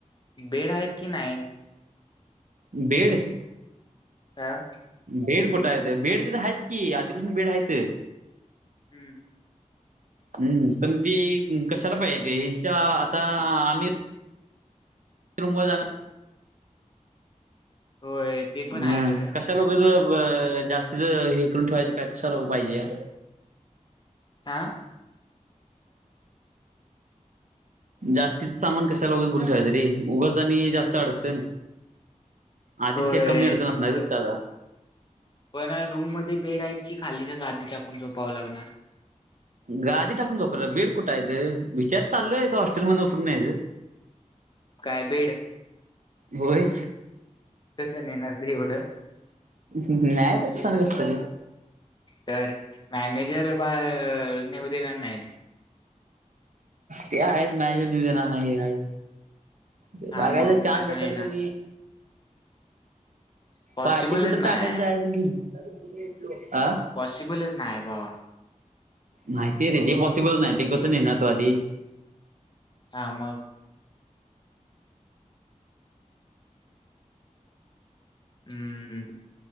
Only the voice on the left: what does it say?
बेड आहेत की नाही.
कां
हम्म
होय. ते पण आहे
खरं
हा
होय
प
पण रूम मध्ये बेड आहेत की खालीच्या गादी टाकून झोपावं लागणार.
<inaudible> काय बेड
कस नेणार ते एवढं
तर मॅनेजर बा नेऊ देणार नाहीत
हा
मग
कसं
नेणार
पॉसिबलच
नाही
पॉसिबलच नाये भावा
हा मग हम्म